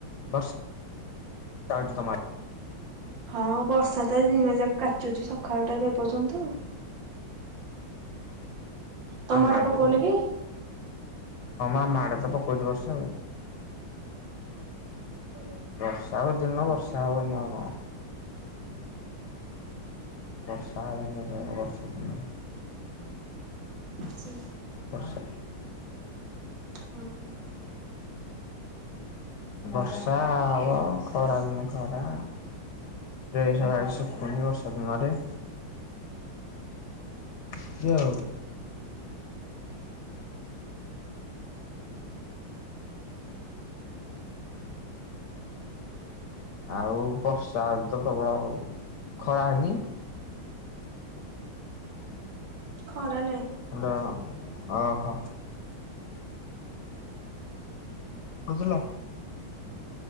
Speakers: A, on the left; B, on the right.
A: ବସ୍ <unintelligible>
B: ହଁ ବର୍ଷା ତ ଆଜି ଦିନ ଯାକ କାଚୁଚି ସକାଳୁଟାରୁ ଏପର୍ଯ୍ୟନ୍ତ ଆଉ। ତମ
A: ଆ
B: ଆଡେ
A: ମାଡ
B: ପକଉନି
A: ହଁ
B: କି?
A: ଆମ ଆଡେ ତ ପକଉଛି ବର୍ଷା ଆଉ।
B: ହୁଁ।
A: ବର୍ଷା ହେବ ଦିନ ବର୍ଷା ହବନି ନା କଣ? ବର୍ଷା ହେବନି କେମିତି ହବ ବର୍ଷା ଦିନ।
B: ଅଛି।
A: ବସ୍
B: ହଁ।
A: ବର୍ଷା ହବ ଖରା ଦିନ ଖରା। ଡ୍ରେସ୍ ହେକା ଶୁଖୁନି ବର୍ଷା ଦିନରେ। ଏମିତି ଆଉ।
B: ହ
A: ଆଉ ବର୍ଷା ହଉଛି ତ ପ୍ରବଳ ଆଉ ଖରା ହଉନି।
B: ଖରା ନାହିଁ।
A: ହାଲୋ ଓହୋ। ବଜିଲ?